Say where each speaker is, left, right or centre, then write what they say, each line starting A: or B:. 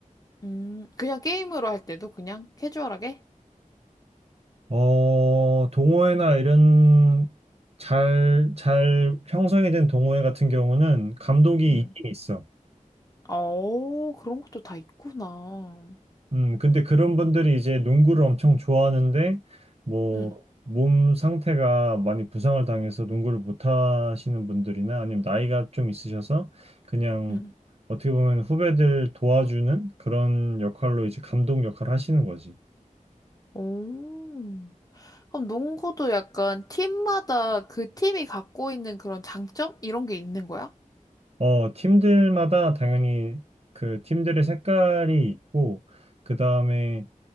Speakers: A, on the left (about 25°); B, on the right (about 50°).
A: 음, 그냥 게임으로 할 때도 그냥 캐주얼하게?
B: 어, 동호회나 이런 잘, 잘 형성이 된 동호회 같은 경우는 감독이
A: 음.
B: 있긴 있어.
A: 어, 그런 것도 다 있구나.
B: 음, 근데 그런 분들이 이제 농구를 엄청 좋아하는데, 뭐,
A: 음,
B: 몸 상태가 많이 부상을 당해서 농구를 못 하시는 분들이나 아니면 나이가 좀 있으셔서 그냥
A: 음.
B: 어떻게 보면 후배들 도와주는 그런 역할로 이제 감독 역할을 하시는 거지.
A: 오. 그럼 농구도 약간 팀마다 그 팀이 갖고 있는 그런 장점? 이런 게 있는 거야?
B: 어, 팀들마다 당연히 그 팀들의 색깔이 있고, 그 다음에